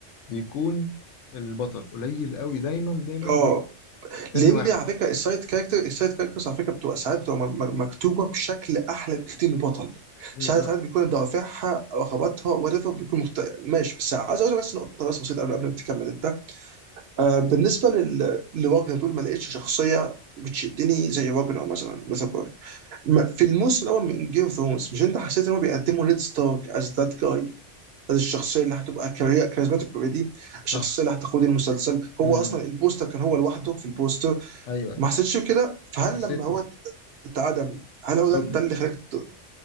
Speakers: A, on the left; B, on the right.
A: بيكون البطل قليل قوي دايما دايما
B: اه
A: بيكون تاني
B: لان
A: واحد
B: على فكره السايد كاركتر السايد كاركترز على فكره بتبقى ساعات بتبقى م- م- مكتوبه بشكل احلى بكتير من البطل
A: امم
B: ساعات
A: انا
B: ساعات بيكون دوافعها رغباتها وات ايفر بيكون مخت... ماشي بس عايز اقول لك بس نقطه بس بسيطه قبل قبل ما تكمل انت آه بالنسبه لل... لواجنر دول ما لقيتش شخصيه بتشدني زي واجنر مثلا ما- في الموسم الاول من جيم اوف ثرونز مش انت حسيت ان هو بيقدموا نيد ستارك از ذات جاي از الشخصيه اللي هتبقى كاري- كاريزماتيك بالطريقة دي الشخصيه
A: صح
B: اللي هتقود المسلسل هو
A: امم
B: اصلا البوستر كان هو لوحده في البوستر
A: ايوه
B: ما
A: ايوه
B: حسيتش بكده فهل
A: حسيت
B: لما هو
A: اه
B: ات- اتعدم هل هو
A: صدمه
B: ده, ده اللي خلاك ت-